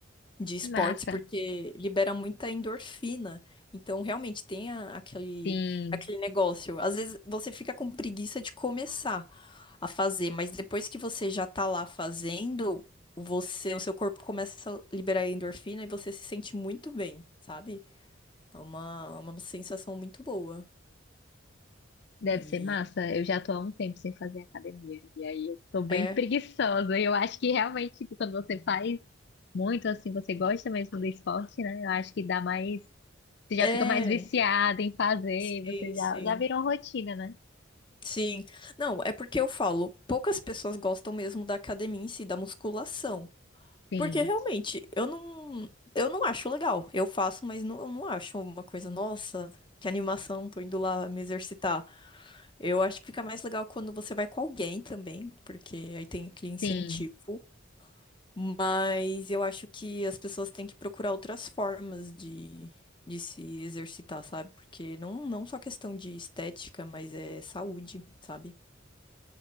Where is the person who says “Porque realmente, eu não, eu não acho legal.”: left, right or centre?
Left